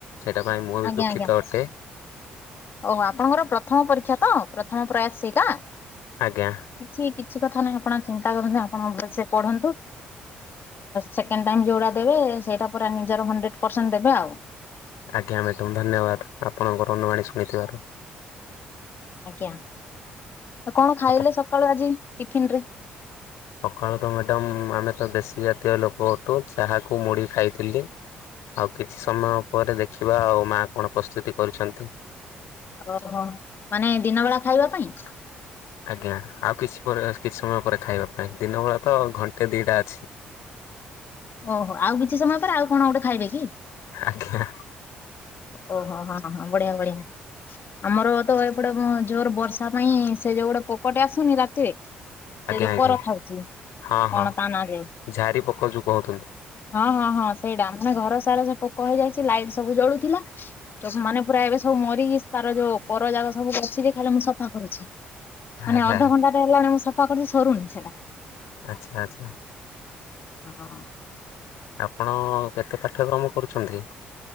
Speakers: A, on the left (about 65°); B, on the left (about 45°).
A: ସେଇଟା ପାଇଁ ମୁଁ ବି
B: ଆଜ୍ଞା
A: ଦୁଃଖିତ
B: ଆଜ୍ଞା।
A: ଅଟେ।
B: ଓହୋ ଆପଣଙ୍କର ପ୍ରଥମ ପରୀକ୍ଷା ତ ପ୍ରଥମ ପ୍ରୟାସ ସେଇଟା?
A: ଆଜ୍ଞା।
B: କିଛି କିଛି କଥା ନାହିଁ ଆପଣ ଚିନ୍ତା କରନ୍ତୁ ଆପଣ ଭଲସେ ପଢନ୍ତୁ। ସେକେଣ୍ଡ ଟାଇମ୍ ଯଉଟା ଦେବେ ସେଇଟା ପୁରା ନିଜର ହଣ୍ଡ୍ରେଡ ପରସେଣ୍ଟ ଦେବେ ଆଉ।
A: ଆଜ୍ଞା ମ୍ୟାଡ଼ମ୍ ଧନ୍ୟବାଦ। ଆପଣଙ୍କର ଅନୁବାଣୀ ଶୁଣିଥିବାରୁ।
B: ଆଜ୍ଞା। କଣ ଖାଇଲେ
A: ଆପ
B: ସକାଳୁ ଆଜି ଟିଫିନ ରେ?
A: ସକାଳୁ ତ ମ୍ୟାଡ଼ାମ ଆମେ ତ ଦେଶୀ ଜାତୀୟ ଲୋକ ଅଟୁ ଯାହାକୁ ମୁଢି ଖାଇଥିଲି। ଆଉ କିଛି ସମୟ ପରେ ଦେଖିବା ଆଉ ମାଆ କଣ ପ୍ରସ୍ତୁତି କରୁଛନ୍ତି।
B: ଓହୋ ମାନେ ଦିନ ବେଳା ଖାଇବା ପାଇଁ।
A: ଆଜ୍ଞା ଆଉ କିଛି ପରେ କିଛି ସମୟ ପରେ ଖାଇବା ପାଇଁ। ଦିନ ବଳା ତ ଘଣ୍ଟେ ଦିଟା ଅଛି। <inaudible>
B: ଓହୋ ଆଉ କିଛି ସମୟ ପରେ ଆଉ କଣ ଗୋଟେ ଖାଇବେ କି?
A: ଆଜ୍ଞା।
B: ଓହୋ ହଁ ହଁ ବଢିଆ ବଢିଆ। ଆମର ତ ଏପଟେ ଜୋର ବର୍ଷା ପାଇଁ ସେ ଯୋଉ ଗୋଟେ ପୋକଟେ ଆସୁନି ରାତିରେ ସେ
A: ଆଜ୍ଞା
B: ଯୋଉ
A: ଆଜ୍ଞା
B: ପର ଖାଉଚି।
A: ହଁ
B: କଣ
A: ହଁ
B: ତା ନାଁ ଯେ
A: ଝାରି ପୋକ ଯୋଉ କହୁଛନ୍ତି।
B: ହଁ ହଁ ହଁ ସେଇଟା, ମାନେ ଘର ସାରା ସେ ପୋକ ହେଇଯାଇଚି ଲାଇଟ ସବୁ ଜଳୁ ଥିଲା। ତ ମାନେ ପୁରା ଏବେ ସବୁ ମରିକି ତାର ଯୋଉ ପର ଜାକ ସବୁ ବସିଛି ଖାଲି ମୁଁ ସଫା କରୁଛି।
A: ଆରେ
B: ମାନେ ଅଧଘଣ୍ଟା
A: ଆରେ
B: ଟେ ହେଲାଣି ମୁଁ ସଫା କରୁଚି ସରୁନି ସେଟା।
A: ଆଚ୍ଛା ଆଚ୍ଛା।
B: ହଁ।
A: ଆପଣ କେତେ ପାଠକ୍ରମ କରୁଛନ୍ତି?